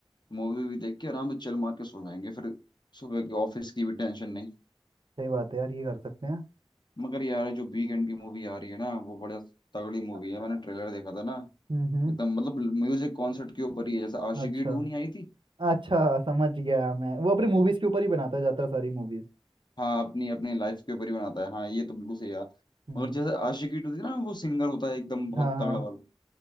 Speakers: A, on the left; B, on the right.
A: मूवी भी देख के आराम से चिल मार के सो जाएंगे फिर सुबह के ऑफिस की भी टेंशन नहीं
B: सही बात है यार ये कर सकते हैं
A: मगर यार जो वीकेंड की मूवी आ रही है ना वो बड़ा तगड़ी मूवी है
B: अ,
A: मैंने ट्रेलर देखा था ना
B: हम्म हम्म
A: एकदम मतलब म्यूजिक कॉन्सर्ट के ऊपर ही है जैसे आशिकी
B: अच्छा
A: टू नहीं आई थी
B: अच्छा समझ गया मैं वो अपनी मूवीज के ऊपर ही बनाता जाता है सारी मूवीज
A: हाँ अपनी अपनी लाइफ के ऊपर ही बनाता है हाँ ये तो बिल्कुल सही है
B: हम्म
A: मगर जैसे आशिकी टू थी ना वो सिंगर होता है एकदम बहुत
B: हाँ हाँ
A: तगड़ा वाला